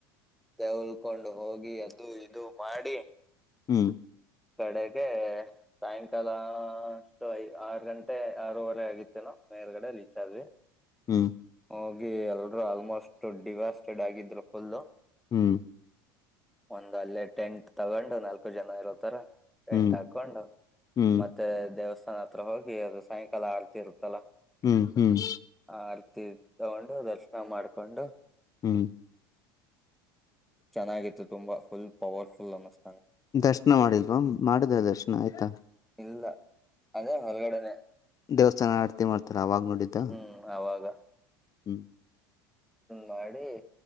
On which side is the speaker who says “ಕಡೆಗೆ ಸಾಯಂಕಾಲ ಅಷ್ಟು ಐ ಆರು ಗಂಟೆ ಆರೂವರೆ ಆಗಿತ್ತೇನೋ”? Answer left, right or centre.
Centre